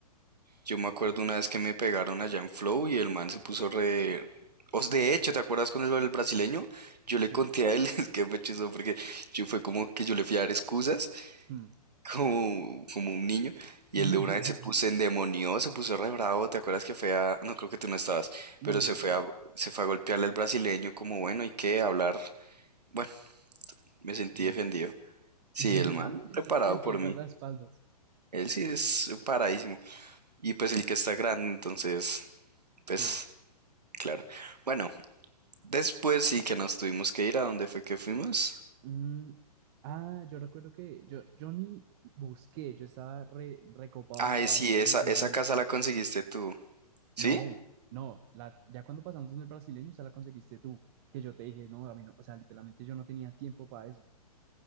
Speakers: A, on the right; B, on the right.
A: Yo me acuerdo una vez que me pegaron allá en Flow y el man se puso re... Os, de hecho, ¿te acuerdas con el, el brasileño? Yo
B: sí.
A: le conté a él, <laughs> es que fue chistoso porque yo fue como que yo le fui a dar excusas
B: mm.
A: como, como un niño. Y
B: <laughs>
A: el de una vez se puso endemoniado, se puso re bravo. ¿Te acuerdas que fue a... No, creo que tú no estabas,
B: No,
A: pero
B: yo
A: se
B: no
A: fue
B: estaba.
A: a, se fue a golpearle al brasileño como, bueno, ¿y qué? Hablar. Bueno, me sentí
B: Ush.
A: defendido. Sí,
B: <laughs>
A: el man preparado
B: Sentí
A: por
B: el
A: mí.
B: guardaespaldas.
A: Él sí es paradísimo. Y pues el que está grande, entonces,
B: Sí.
A: pues, claro. Bueno, después sí que nos tuvimos que ir a dónde fue que fuimos.
B: Mm, Ah, yo recuerdo que yo, yo ni busqué, yo estaba re- recopado
A: Ay,
B: de trabajo
A: sí,
B: por
A: esa,
B: el verano.
A: esa casa la conseguiste tú. ¿Sí?
B: No, no, la, ya cuando pasamos donde el brasileño, esa la conseguiste tú, que yo te dije, no, a mí no, o sea, literalmente yo no tenía tiempo para eso,